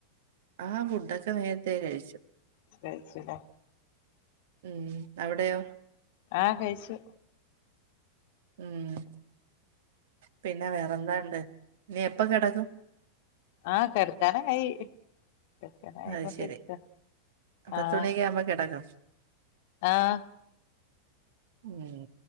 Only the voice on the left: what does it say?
ശരി ശരിയാ
ആഹ് കഴിച്ചു
ആഹ കെടക്കാനആയി കിടക്കാറയി
കൊണ്ടിരിക്കണ്
ആഹ
ആഹ